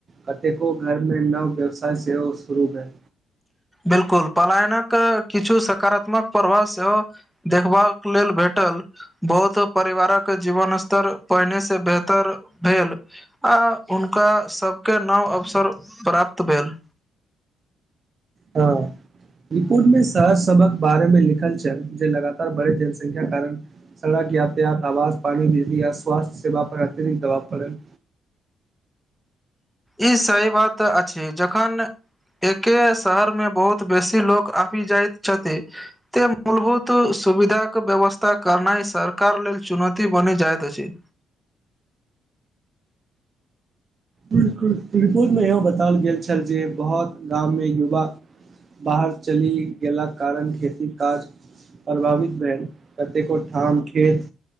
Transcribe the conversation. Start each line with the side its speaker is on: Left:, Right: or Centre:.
Right: कतेको घर मे नव व्यवसाय सेहो शुरू भेल
Centre: बिल्कुल पलायनक किछु सकारात्मक प्रभाव सेहो देखबाक लेल भेटल बहुत परिवारक जीवन स्तर पहिने से बेहतर भेल आ हुनका सबके नव अवसर प्राप्त भेल
Right: हँ रिपोर्ट मे शहर सबक बारे में लिखल छल जे लगातार बढ़े जनसंख्या कारण सड़क यातयात आवाज पानी बिजी आ स्वास्थ्य सेवा पर अतिरिक्त दावाब पड़ल
Centre: ई सही बात अछि जखन एके शहर मे बहुत बेसी लोग आबि जाइत छथि एते मूलभूत सुविधाक कऽ व्यवस्था करनाइ सरकार लेल चुनौती बनि जाइत अछि
Right: रिपोटमे इहो बताओल गेल छल जे बहुत गाममे युवा बाहर चलि गेलाक कारण खेती काज प्रभावित भेल कतेको ठाम खेत